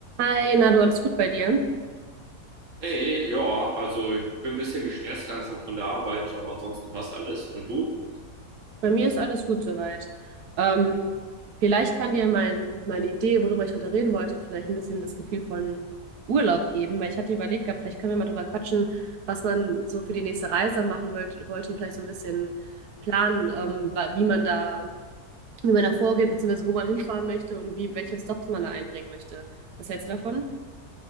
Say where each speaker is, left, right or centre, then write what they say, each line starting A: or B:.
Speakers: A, on the right; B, on the right.
A: Hi, na du, alles gut bei dir?
B: Hey, ja, also ich bin ein bisschen gestresst langsam von der Arbeit, aber ansonsten passt alles. Und du?
A: Bei mir ist alles gut soweit. Ähm, vielleicht kann dir mein, meine Idee, worüber ich heute reden wollte, vielleicht ein bisschen das Gefühl von Urlaub geben, weil ich hatte überlegt gehabt, vielleicht können wir mal drüber quatschen, was man so für die nächste Reise machen wollte, wollte und vielleicht so ein bisschen planen, ähm, wa- wie man da, wie man da vorgeht, beziehungsweise wo man hinfahren möchte und wie, welche Stops man da einbringen möchte. Was hältst du davon?